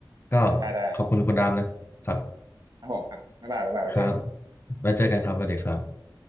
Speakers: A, on the left (about 30°); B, on the right (about 55°).
A: ก็
B: ได้ได้
A: ขอบคุณคุณดามนะครับ
B: ครับผมครับบ๊ายบายบ๊ายบายไว้เจอกัน
A: ครับไว้เจอกันครับสวัสดีครับ